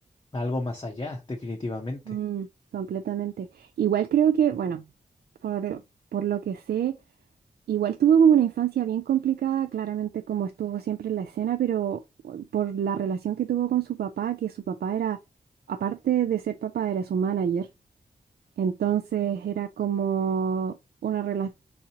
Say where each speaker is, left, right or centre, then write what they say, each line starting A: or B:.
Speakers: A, on the left (about 30°); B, on the right (about 75°).
A: a algo más allá, definitivamente.
B: mm, completamente. Igual creo que, bueno, por, por lo que sé, igual tuvo como una infancia bien complicada, claramente como estuvo siempre en la escena, pero u- por la relación que tuvo con su papá, que su papá era, aparte de ser papá, era su manager. Entonces era como una relación